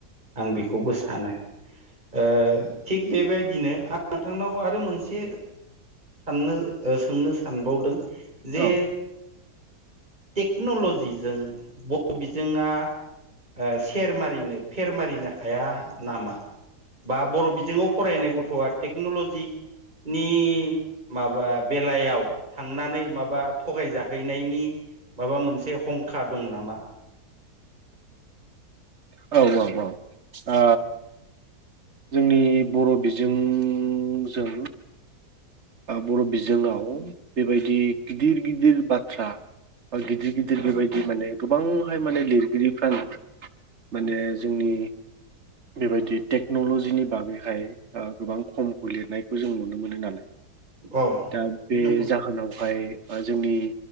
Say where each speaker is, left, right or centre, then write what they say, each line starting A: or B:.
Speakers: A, on the right; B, on the right.
A: आं बेखौबो सानो। ओ थिग बेबायदिनो आं नोंथांनाव आरो मोनसे साननो सोंनो सानबावदों जे
B: औ
A: टेक्न'लजिजों बर' बिजोंङा ओ सेर मारिनो फेर मारिनो हाया नामा? बा बर बिजोंङाव फरायनाय गथआ टेक्नलजि नि माबा बेलायाव थांनानै माबा थगायजाहैनायनि माबा मोनसे हंखा दं नामा?
B: औ औ औ आ। जोंनि बर' बिजोंजों बर' बिजोङाव बेबायदि गिदिर गिदिर बाथ्रा बा गिदिर गिदिर बेबायदि माने गोबांहाय माने लिरगिरिफ्रानो माने जोंनि बेबायदि टेक्न'ल'जिनि बागैहाय आ गोबां खमखौ लिरनायखौ जों नुनो मोनो नालाय।
A: अ
B: दा बे
A: नंगौ
B: जाहोनावहाय ओ जोंनि